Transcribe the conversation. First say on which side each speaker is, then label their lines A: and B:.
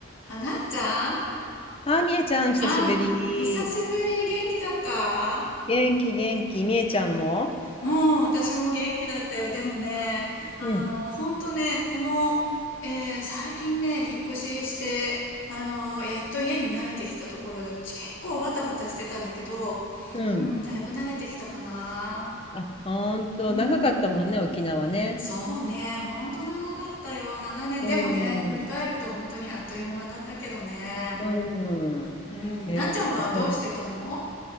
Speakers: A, on the left (about 70°); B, on the left (about 30°).
A: あ、なっちゃん
B: あー、みえちゃん、久しぶり。
A: あん、久しぶり、元気だった
B: 元気、元気。みえちゃんも
A: うん、私も元気だったよ。でもね、あの、
B: うん。
A: ほんとね、この、えー最近ね、引っ越しして、あの、やっと家に慣れてきたところで、ち結構バタバタしてたんだけど、
B: うん。
A: うん、だいぶ慣れてきたかな。
B: あ、ほんと、
A: うん、
B: 長かったもんね、沖縄ね。
A: そうね、ほんと長かったよ、7年。
B: うん。
A: でもね、振り返ると本当にあっという間だったけどね。
B: うん。
A: うん、
B: えーそう。
A: なっちゃんはどうしてたの